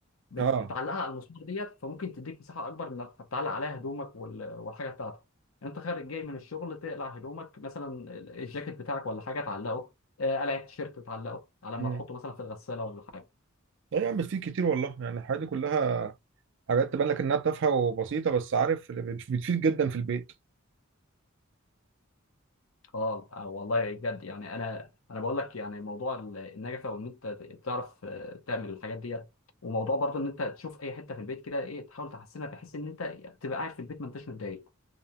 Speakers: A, on the left; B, on the right.
A: بتعلقها
B: اه
A: على المسمار ديت فممكن تديك مساحه اكبر انك تعلق عليها هدومك وال- والحاجه بتاعتك انت خارج جاي من الشغل تقلع هدومك مثلا الجاكيت بتاعك ولا حاجه تعلقه آه، قلع التيشيرت تعلقه على
B: امم
A: ما تحطه مثلا في الغساله ولا حاجه
B: لا يعني بتفيد كتير والله يعني الحاجات دي كلها حاجات تبان لك انها تافهه وبسيطه بس عارف بتفيد جدا في البيت
A: اه آه، والله بجد يعني انا انا بقول لك يعني موضوع ال- النجفه وان انت تعرف آه، تعمل الحاجات ديت وموضوع برضه ان انت تشوف اي حته في البيت كده ايه تحاول تحسنها بحيث ان انت تبقى قاعد في البيت ما انتش متضايق